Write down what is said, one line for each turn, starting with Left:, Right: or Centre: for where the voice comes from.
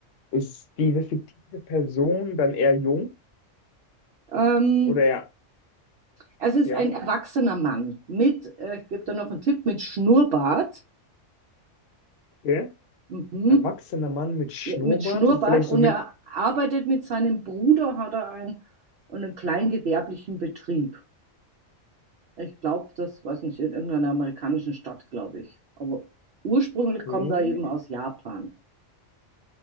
Left: Ist diese fiktive Person dann eher jung
Right: ähm,
Left: oder eher,
Right: Also es
Left: ja,
Right: ist ein erwachsener Mann mit, äh, ich gebe da noch einen Tipp, mit Schnurrbart.
Left: okay.
Right: Mhm.
Left: Erwachsener Mann mit Schnurrbart,
Right: Ja, Mit Schnurrbart
Left: vielleicht
Right: und
Left: so mit,
Right: er arbeitet mit seinem Bruder, hat er einen, einen kleingewerblichen Betrieb. Ich glaube, das weiß nicht, in irgendeiner amerikanischen Stadt, glaube ich. Aber ursprünglich kommt
Left: okay.
Right: er eben aus Japan,